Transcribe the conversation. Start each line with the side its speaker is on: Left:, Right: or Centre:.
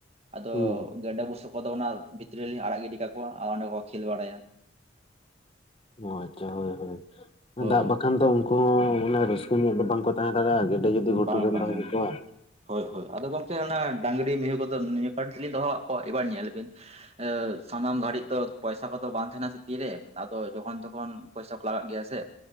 Right: ᱟᱫᱚ
Left: ᱦᱩᱸ ᱦᱩᱸ,
Right: ᱜᱮᱰᱮ ᱵᱩᱥᱟᱹᱜ ᱠᱚᱫᱚ ᱚᱱᱟ ᱵᱷᱤᱛᱨᱤ ᱨᱮ ᱞᱤᱧ ᱟᱲᱟᱜ ᱜᱤᱰᱤ ᱠᱟᱠᱚᱣᱟ ᱚᱸᱰᱮ ᱠᱚ ᱠᱷᱮᱞ ᱵᱟᱲᱟᱭᱟ᱾
Left: ᱚ ᱟᱪᱪᱷᱟ ᱦᱳᱭ ᱦᱳᱭ
Right: ᱦᱳᱭ
Left: ᱫᱟᱜᱽ ᱵᱟᱠᱷᱟᱱ ᱫᱚ ᱩᱱᱠᱩ ᱦᱚᱸ ᱢᱟᱱᱮ ᱨᱟᱹᱥᱠᱟᱹ ᱧᱚᱜ ᱫᱚ ᱵᱟᱝᱠᱚ ᱛᱟᱦᱮᱸ ᱫᱟᱲᱮᱭᱟᱜᱼᱟ ᱜᱮᱰᱮ ᱡᱩᱫᱤ ᱜᱷᱩᱴᱩ
Right: ᱵᱟᱝ
Left: ᱨᱮᱢ
Right: ᱵᱟᱝ
Left: ᱫᱚᱦᱚ ᱠᱟᱠᱚᱣᱟ
Right: ᱦᱳᱭ ᱦᱳᱭ ᱟᱫᱚ ᱜᱚᱝᱠᱮ ᱚᱱᱟ ᱰᱟᱝᱨᱤ ᱢᱤᱭᱦᱩ ᱠᱚᱫᱚ ᱱᱤᱭᱟᱹ ᱠᱟᱨᱚᱱ ᱛᱮᱞᱤᱧ ᱫᱚᱦᱚ ᱠᱟᱫ ᱠᱚᱣᱟ ᱮᱵᱟᱨ ᱧᱮᱞ ᱵᱤᱱ ᱮ ᱥᱟᱱᱟᱢ ᱜᱷᱟᱹᱲᱤᱡ ᱫᱚ ᱯᱚᱭᱥᱟ ᱠᱚᱫᱚ ᱵᱟᱝ ᱛᱟᱦᱮᱸᱱᱟ ᱥᱮ ᱛᱤᱨᱮ ᱟᱫᱚ ᱡᱚᱠᱷᱚᱱ ᱛᱚᱠᱷᱚᱱ ᱯᱚᱭᱥᱟ ᱠᱚ ᱞᱟᱜᱟᱜ ᱜᱮᱭᱟ ᱥᱮ